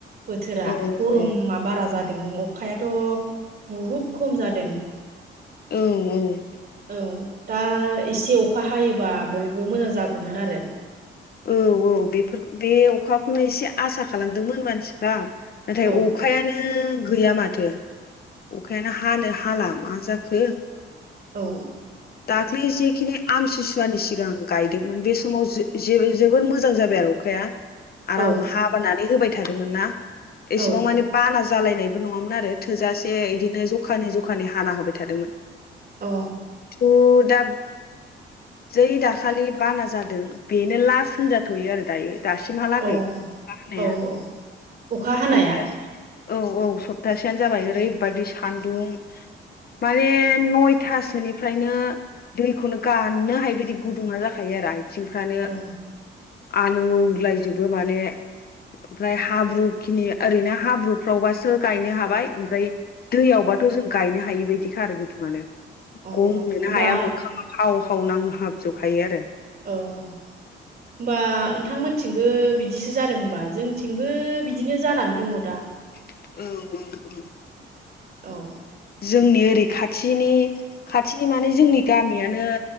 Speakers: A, on the right; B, on the left.
A: बोथोरा
B: औ
A: गरमा
B: औ
A: बारा जादों अ अखायाथ' बुहुद खम जादों।
B: औ औ
A: औ दा एसे अखा हायोबा बयबो मोजां जागौमोन आरो।
B: औ औ बेफोरखौ बे अखाखौनो एसे आसा खालामदोंमोन मानसिफ्रा। नाथाय
A: औ
B: अखायानो गैया माथ थो अखायानो हानो हाला मा जाखो।
A: औ
B: दाख्लै जेखिनि आमथिसुवानि सिगां गायदोंमोन बे समाव जोबोद मोजां जाबाय आरो आराम
A: औ
B: हाबोनानै होबाय थादोंमोन ना एसेबां
A: औ
B: माने बाना जालायनाय बो नङामोन आरो थोजासे बिदिनो जखानि जखानि हाना होबाय थादोंमोन।
A: अ।
B: थु दाब जै दाखालि बाना जादों बेनो लास्ट होनजाथ'यो आरो दायो। दासिमहालागै
A: अ औ
B: अखा हानाय
A: औ अखा हानाया
B: हबथासे। औ औ सप्तासेयानो जाबाय ओरैबायदि सानदुं। माने नयथा सोनि ओमफ्रायनो दैखौनो गानो हायि बायदि गुदुङा जाखायो आरो आ थिं फ्रानो
A: अ
B: आलौ लायजोबो माने। ओमफ्राय हाब्रुखिनि ओरैनो हाब्रु फ्रावबासो गायनो हाबाय ओमफ्राय दैयावबाथ' जों गायनो हायि बायदिखा आरो गुदुंआनो।
A: अ होमबा
B: गंनोनो हाया मोखाङा हाव हाव नांहाब‌ जोबखायो आरो।
A: औ। होमबा नोंथांमोनथिंबो बिदिसो जादों होनबा जोंथिंबो बिदिनो जानानै दङ दा।
B: औ औ औ‌।
A: औ।
B: जोंनि ओरै खाथिनि खाथिनि माने जोंनि गामियानो